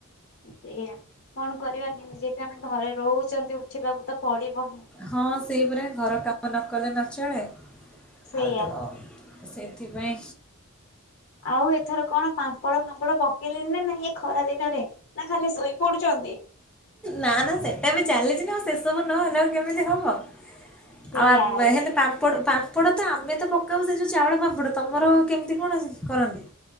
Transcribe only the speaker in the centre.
ହଁ ସେଇପରି ଘର କାମ ନ କଲେ ନଚଳେ ଆଉ
ତ ସେଇଥିପାଇଁ
ନା ନା ସେଟା ବି ଚାଲିଛି ନା ଆଉ ସେସବୁ ନହେଲେ ଆଉ କେମିତି ହବ ଆଉ।
ଆଉ
ହେ ପାମ୍ପଡ଼ ପାମ୍ ପାମ୍ପଡ଼ ତ ଆମେ ତ ପକାଉ ସେ ଯେଉଁ ଚାଉଳ ପାମ୍ପଡ଼ ତମର କେମିତି କଣ ଅସି କରନ୍ତି?